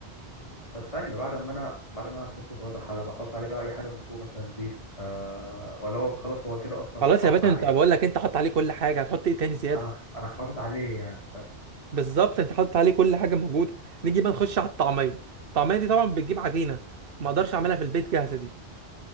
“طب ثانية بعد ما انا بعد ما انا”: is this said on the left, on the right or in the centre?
Left